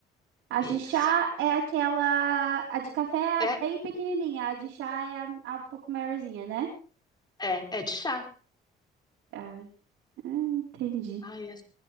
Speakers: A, on the right (about 85°); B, on the left (about 20°).
A: A
B: Isso.
A: de chá é aquela. A de café
B: É,
A: é bem pequenininha, a de chá é a, a um pouco maiorzinha, né?
B: é, é de chá.
A: Ah, hum, entendi.
B: Ai, é